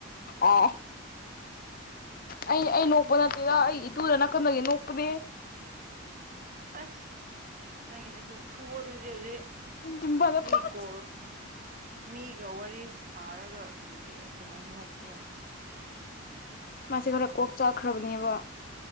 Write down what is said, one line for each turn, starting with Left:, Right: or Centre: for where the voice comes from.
Left: ꯑ ꯑꯩ ꯑꯩ ꯅꯣꯛꯄ ꯅꯠꯇꯦꯗ ꯑꯩ ꯏꯇꯨꯗ ꯅꯥꯀꯟꯗꯒꯤ ꯅꯣꯛꯄꯅꯦ
Right: ꯑꯁ ꯅꯪꯦꯅꯠꯇꯨ ꯐꯨ ꯑꯗꯨꯗꯦ
Left: ꯖꯤꯝꯕꯥꯗ
Right: ꯃꯤꯀꯣ
Left: ꯄꯥꯛ
Right: ꯃꯤꯒ ꯋꯥꯔꯤ ꯁꯥꯔꯒ ꯀꯔꯤꯒꯤ ꯑꯗꯨꯃꯥꯏꯅ ꯅꯣꯛꯄ꯭ꯔꯣ
Left: ꯃꯥꯁꯤ ꯈꯔ ꯀꯣꯛ ꯆꯥꯛꯈ꯭ꯔꯕꯅꯦꯕ